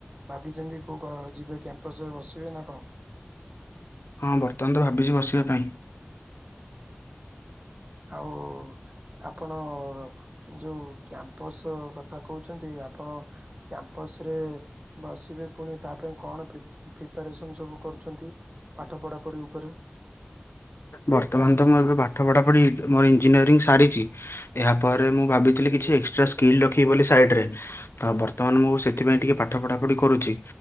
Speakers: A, on the right; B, on the left.
A: ଭାବିଛନ୍ତି। ତୁ ଯିବେ କ୍ୟାମ୍ପସ୍ ରେ ବସିବେ ନା କଣ?
B: ହଁ ବର୍ତ୍ତମାନ ତ ଭାବିଛି ବସିବା ପାଇଁ।
A: ଆଉ ଆପଣ ଯୋଉ କ୍ୟାମ୍ପସ କଥା କହୁଛନ୍ତି ଆପଣ କ୍ୟାମ୍ପସ ରେ ବସିବେ ପୁଣି ତା ଥି ପାଇଁ କଣ ପ୍ରିପାରେସନ୍ ସବୁ କରୁଛନ୍ତି ପାଠ ପଢ଼ାପଢ଼ି ଉପରେ।
B: ବର୍ତ୍ତମାନ ତ ମୁଁ ଏବେ ପାଠ ପଢା ପଢି ମୋର ଇଞ୍ଜିନିୟରିଂ ସାରିଛି। ଏହା ପରେ ମୁଁ ଭାବିଥିଲି କିଛି ଏକ୍ସଟ୍ରା ସ୍କିଲ୍ ରଖିବି ବୋଲି ସାଇଡ଼ରେ। ତ ବର୍ତ୍ତମାନ ମୁଁ ସେଥିପାଇଁ ଟିକେ ପାଠ ପଢ଼ାପଢ଼ି କରୁଚି।